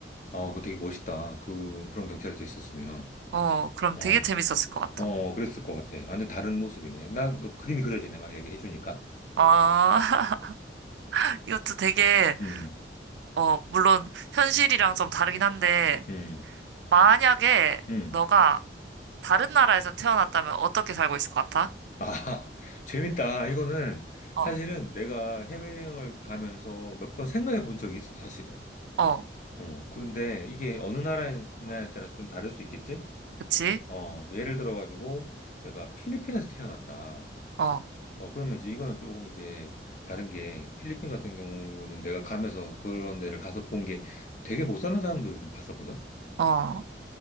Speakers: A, on the left; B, on the right.
A: 아, 그거 되게 멋있다. 그, 그런 경찰이 됐었으면.
B: 어, 그럼
A: 어,
B: 되게 재밌었을 것 같아.
A: 어, 그랬을 것 같아. 완전 다른 모습이네. 나도 그림이 그려지네. 막 얘기해주니까.
B: 아, <laughs> 이것도 되게,
A: 음,
B: 어, 물론 현실이랑 좀 다르긴 한데,
A: 음,
B: 만약에
A: 음.
B: 너가 다른 나라에서 태어났다면 어떻게 살고 있을 것 같아?
A: 아, <laughs> 재밌다. 이거는
B: 어,
A: 사실은 내가 해외여행을 가면서 몇 번 생각해 본 적이 있어, 사실은.
B: 어,
A: 어, 그런데 이게 어느 나라에 나라에 따라서 좀 다를 수 있겠지?
B: 그치?
A: 어, 예를 들어가지고, 내가 필리핀에서 태어났다.
B: 어,
A: 어, 그러면 이제 이거는 조금 이제 다른 게 필리핀 같은 경우는 내가 가면서 그런 데를 가서 본 게 되게 못 사는 사람들을 좀 봤었거든?
B: 어,